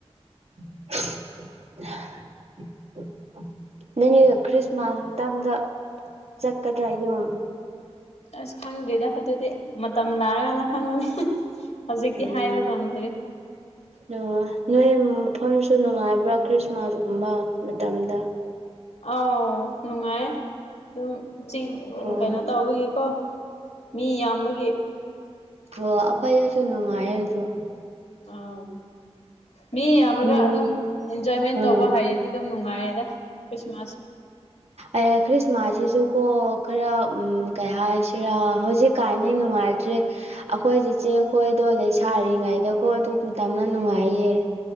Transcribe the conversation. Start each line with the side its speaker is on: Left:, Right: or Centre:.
Right: <unintelligible> ꯅꯪꯒꯤ ꯈ꯭ꯔꯤꯁꯃꯥꯁ ꯃꯇꯝꯗ ꯆꯠꯀꯗ꯭ꯔꯥ ꯌꯨꯝ
Left: ꯑꯁ ꯈꯪꯗ꯭ꯔꯤꯗ ꯑꯗꯨꯗꯤ ꯃꯇꯝ ꯂꯥꯔꯀꯥꯟꯅ ꯈꯪꯉꯅꯤ ꯍꯧꯖꯤꯛꯇꯤ
Right: ꯎꯝ
Left: ꯍꯥꯏꯕ ꯉꯝꯗ꯭ꯔꯤ
Right: ꯑꯣ ꯅꯣꯏ ꯃꯐꯝꯁꯨ ꯅꯨꯡꯉꯥꯏꯕ꯭ꯔꯥ ꯈ꯭ꯔꯤꯁꯃꯥꯁꯀꯨꯝꯕ ꯃꯇꯝꯗ
Left: ꯑꯥꯎ ꯅꯨꯡꯉꯥꯏ ꯑꯗꯨꯝ ꯆꯤꯡ
Right: ꯎꯝ
Left: ꯀꯩꯅꯣ ꯇꯧꯕꯒꯤꯀꯣ ꯃꯤ ꯌꯥꯝꯕꯒꯤ
Right: ꯑꯣ ꯑꯩꯈꯣꯏꯗꯁꯨ ꯅꯨꯡꯉꯥꯏꯌꯦ ꯑꯗꯨꯝ
Left: ꯑꯥꯎ ꯃꯤ ꯌꯥꯝꯔꯒ
Right: ꯎꯝ
Left: ꯑꯗꯨꯝ ꯑꯦꯟꯖꯣꯏꯃꯦꯟ
Right: ꯎꯝ
Left: ꯇꯧꯕ ꯍꯥꯏꯔꯗꯤ ꯑꯗꯨꯝ ꯅꯨꯡꯉꯥꯏꯌꯦꯗ ꯈ꯭ꯔꯤꯁꯃꯥꯁ
Right: ꯑꯦ ꯈ꯭ꯔꯤꯁꯃꯥꯁꯁꯤꯁꯨ ꯀꯣ ꯈꯔ ꯎꯝ ꯀꯩ ꯍꯥꯏꯁꯤꯔꯥ ꯍꯧꯖꯤꯛ ꯀꯥꯟꯗꯤ ꯅꯨꯡꯉꯥꯏꯇ꯭ꯔꯦ ꯑꯩꯈꯣꯏ ꯆꯦꯆꯦ ꯈꯣꯏꯗꯣ ꯂꯩ ꯁꯥꯔꯤꯉꯩꯗꯀꯣ ꯑꯗꯨ ꯃꯇꯝꯗ ꯅꯨꯡꯉꯥꯏꯌꯦ